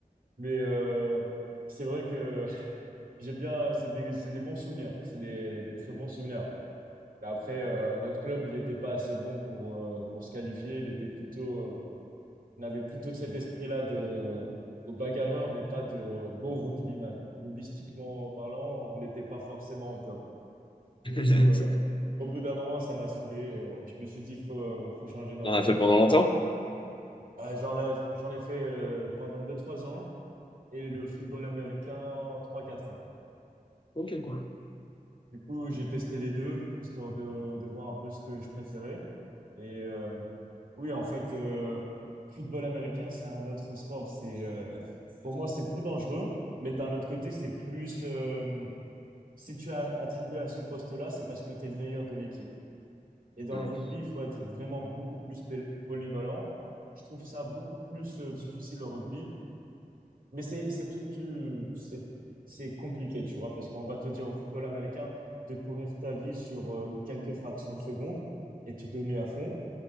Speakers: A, on the right; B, on the left.
A: Mais euh, c'est vrai que <laughs> j'ai bien, c'est des, c'est des bons souvenirs, c'est des, des très bons souvenirs. Mais Après, euh, notre club, il n'était pas assez bon pour, euh, pour se qualifier. Il était plutôt, on avait plutôt cet esprit-là de, de bagarreur, mais pas de bon rugbyman. Rugbystiquement parlant, on n'était pas forcément au top. Du
B: Ok.
A: coup, euh, au bout d'un moment, ça m'a saoulé. Euh, Je me suis dit, faut, faut changer d'endroit.
B: On a fait pendant longtemps?
A: Euh, j'en ai, j'en ai fait euh, pendant deux trois ans et le football américain trois quatre ans.
B: Ok, cool.
A: Du coup, j'ai testé les deux, histoire de, de voir un peu ce que je préférais. Et euh, oui, en fait, euh, football américain, c'est un autre sport. C'est, euh, pour moi, c'est plus dangereux, mais d'un autre côté, c'est plus... euh, si tu as attribué à ce poste-là, c'est parce que tu es le meilleur de l'équipe. Et dans
B: Mm.
A: le rugby, il faut être vraiment beaucoup plus pé- polyvalent. Je trouve ça beaucoup plus euh, difficile au rugby. Mais c'est c'est tout, euh, c'est c'est compliqué, tu vois, parce qu'on va te dire au football américain de courir ta vie sur euh, quelques fractions de secondes et te donner à fond,